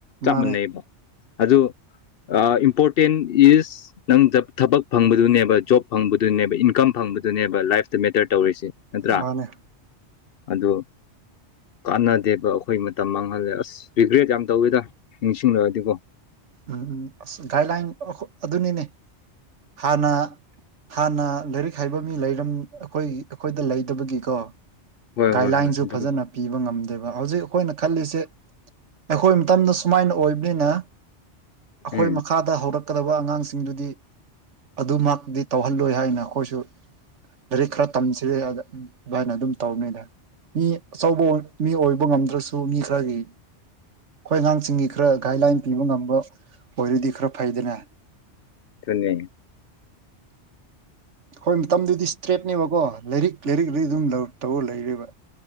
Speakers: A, on the right (about 80°); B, on the left (about 60°).
A: ꯃꯥꯅꯦ
B: ꯆꯞ ꯃꯥꯟꯅꯩꯌꯦꯕ ꯑꯗꯨ ꯑꯥ ꯏꯝꯄꯣꯔꯇꯦꯟ ꯏꯁ ꯅꯪ ꯖꯕ ꯊꯕꯛ ꯐꯪꯕꯗꯨꯅꯦꯕ ꯖꯣꯕ ꯐꯪꯕꯗꯨꯅꯦꯕ ꯏꯟꯀꯝ ꯐꯪꯕꯗꯨꯅꯦꯕ ꯂꯥꯏꯐꯇ ꯃꯦꯇꯔ ꯇꯧꯔꯤꯁꯦ ꯅꯠꯇ꯭ꯔꯥ
A: ꯃꯥꯅꯦ
B: ꯑꯗꯣ ꯀꯥꯟꯅꯗꯦꯕ ꯑꯩꯈꯣꯏ ꯃꯇꯝ ꯃꯥꯡꯍꯜꯂꯦ ꯑꯁ ꯔꯤꯒ꯭ꯔꯦꯠ ꯌꯥꯝ ꯇꯧꯋꯤꯗ ꯅꯤꯡꯁꯤꯡꯂꯨꯔꯗꯤꯀꯣ
A: ꯎꯝ ꯎꯝ ꯑꯁ ꯒꯥꯏꯗꯂꯥꯏꯟ ꯑꯈꯣ ꯑꯗꯨꯅꯤꯅꯦ ꯍꯥꯟꯅ ꯍꯥꯟꯅ ꯂꯥꯏꯔꯤꯛ ꯍꯩꯕ ꯃꯤ ꯂꯩꯔꯝ ꯑꯩꯈꯣꯏ ꯑꯩꯈꯣꯏꯗ ꯂꯩꯇꯕꯒꯤꯀꯣ
B: ꯍꯣꯏ
A: ꯒꯥꯏꯗꯂꯥꯏꯟꯁꯨ
B: ꯍꯣꯏ ꯍꯣꯏ ꯑꯗꯨ
A: ꯐꯖꯅ ꯄꯤꯕ ꯉꯝꯗꯦꯕ ꯍꯧꯖꯤꯛ ꯑꯩꯈꯣꯏꯅ ꯈꯜꯂꯤꯁꯦ ꯑꯩꯈꯣꯏ ꯃꯇꯝꯗ ꯁꯨꯃꯥꯏꯅ ꯑꯣꯏꯕꯅꯤꯅ ꯑꯈꯣꯏ
B: ꯎꯝ
A: ꯃꯈꯥꯗ
B: ꯎꯝ
A: ꯍꯧꯔꯛꯀꯗꯕ ꯑꯉꯥꯡꯁꯤꯡꯗꯨꯗꯤ ꯑꯗꯨꯃꯛꯇꯤ ꯇꯧꯍꯜꯂꯣꯏ ꯍꯥꯏꯅ ꯑꯩꯈꯣꯏꯁꯨ ꯂꯥꯏꯔꯤꯛ ꯈꯔ ꯇꯝꯁꯤ ꯍꯥꯏꯅ ꯎꯝ ꯑꯗꯨꯃꯥꯏꯅ ꯑꯗꯨꯝ ꯇꯧꯕꯅꯤꯗ ꯃꯤ ꯑꯆꯧꯕꯑꯣꯏ ꯃꯤ ꯑꯣꯏꯕ ꯉꯝꯗ꯭ꯔꯁꯨ ꯑꯗꯨ ꯃꯤ ꯈꯔꯒꯤ ꯈꯣꯏ ꯑꯉꯥꯡꯁꯤꯡꯒꯤ ꯈꯔ ꯒꯥꯏꯗꯂꯥꯏꯟ ꯄꯤꯕ ꯉꯝꯕ ꯑꯣꯏꯔꯗꯤ ꯈꯔ ꯐꯩꯗꯅ
B: ꯇꯨꯅꯦ
A: ꯑꯩꯈꯣꯏ ꯃꯇꯝꯗꯗꯤ ꯏꯁꯇ꯭ꯔꯦꯠꯅꯦꯕꯀꯣ ꯂꯥꯏꯔꯤꯛ ꯂꯥꯏꯔꯤꯛ ꯂꯥꯏꯔꯤꯛ ꯑꯗꯨꯝ ꯇꯧ ꯇꯧꯔ ꯂꯩꯔꯦꯕ